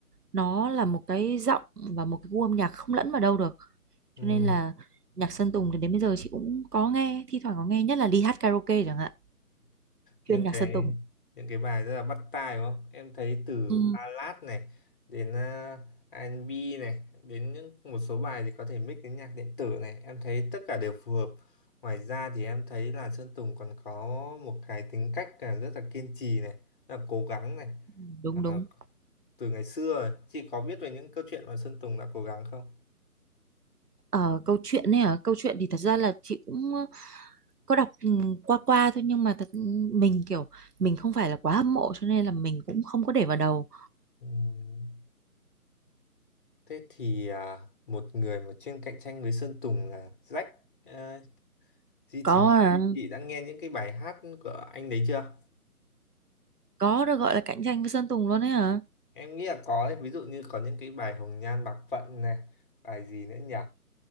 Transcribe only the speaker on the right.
nó là một cái giọng và một cái gu âm nhạc không lẫn vào đâu được
cho nên là nhạc Sơn Tùng thì đến bây giờ chị cũng có nghe thi thoảng có nghe nhất là đi hát karaoke chẳng hạn chuyên
nhạc
Sơn Tùng
Ừ.
Ừ, đúng
đúng
ở câu chuyện này ở câu chuyện thì thật ra là chị cũng ờ, có đọc ừ, qua qua thôi nhưng mà thật ừ, mình kiểu mình không phải là quá hâm mộ cho nên là mình cũng không có để vào đầu
có
ờ,
có được gọi là cạnh tranh với Sơn Tùng luôn ấy hả